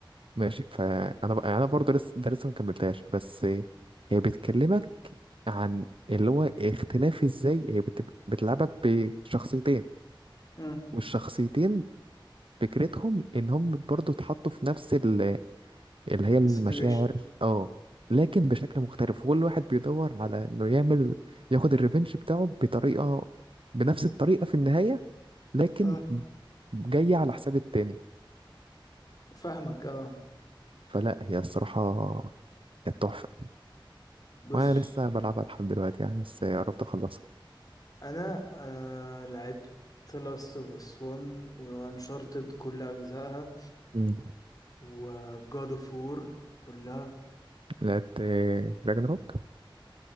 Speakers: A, on the right; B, on the left.
A: ماشي فانا بقى انا برضه لسه ده لسه مكملتهاش بس هي بتكلمك عن اللي هو اختلاف ازاي هي بت- بتلعبها بشخصيتين
B: امم
A: والشخصيتين فكرتهم ان هم برضه اتحطوا في نفس اللي هي المشاعر
B: السيتويشن
A: اه لكن بشكل مختلف كل واحد بيدور على انه يعمل ياخد الريفنج بتاعه بطريقة بنفس الطريقة في النهاية لكن
B: اه
A: جاية على حساب التاني
B: فاهمك اه
A: فلا هي الصراحة كانت تحفة
B: بص
A: وانا لسه بلعبها لحد دلوقتي يعني بس قربت اخلصها
B: انا انا لعبت لاست اوف اس 1 وانشارتد كل اجزائها
A: مم.
B: وجاد اوف وور كلها
A: لعبت راجناروك